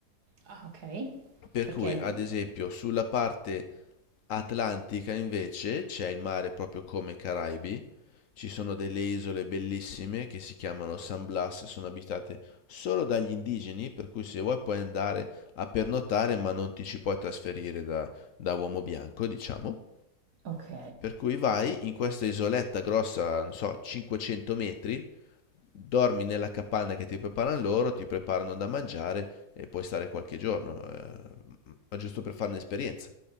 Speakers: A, on the right; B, on the left.
A: Ah, ok.
B: Per
A: Perché...
B: cui, ad esempio, sulla parte atlantica invece c'è il mare proprio come i Caraibi, ci sono delle isole bellissime che si chiamano San Blas, sono abitate solo dagli indigeni, per cui se vuoi puoi andare a pernottare, ma non ti ci puoi trasferire da, da uomo bianco, diciamo.
A: Ok.
B: Per cui vai in questa isoletta grossa, non so, 500 metri, Dormi nella capanna che ti preparano loro, ti preparano da mangiare e puoi stare qualche giorno, eh, ma giusto per fare un'esperienza.